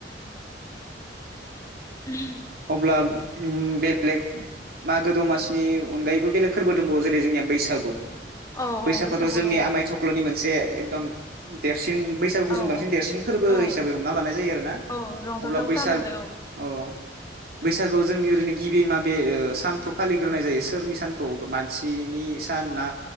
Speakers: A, on the left; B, on the right.
A: <inaudible>
B: अब्ला उम बेलेग मागो दमासिनि अनगायैबो बेलेग फोरबो दंबावो जेरै जोंनिया बैसागु
A: औ
B: बैसागुआथ'
A: औ बैसागु
B: जोंनि
A: दङ औ
B: आमाय थख्ल'नि मोन से एकदम देरसिन बैसागुखौ जों
A: औ
B: बांसिन देरसिन फोरबो
A: औ
B: हिसाबै हमना लानाय जायो आरोना
A: औ रंजाथाव
B: अब्ला बैसाग
A: सान आरो
B: औ बैसागोआव जोंनि ओरैनो गिबि माबे ओ सानखौ फालिग्रोनाय जायो सोरनि सानखौ मानसिनि सान ना